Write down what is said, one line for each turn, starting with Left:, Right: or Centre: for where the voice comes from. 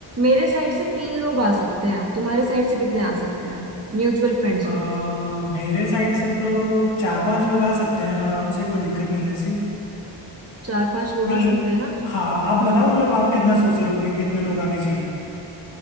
Right: मेरे साइड से तीन लोग आ सकते हैं तुम्हारे साइड से कितने आ सकते हैं म्यूचुअल फ्रेंड्स
Left: अ,
Right: में
Left: मेरे साइड से तो चार पांच लोग आ सकते हैं आराम से कोई दिक्कत नहीं है ऐसी
Right: चार पांच लोग
Left: नहीं
Right: आ सकते हैं ना
Left: हाँ आप
Right: हम्म
Left: बताओ मतलब आप कितना सोच रहे हो कि कितने लोग आने चाहिए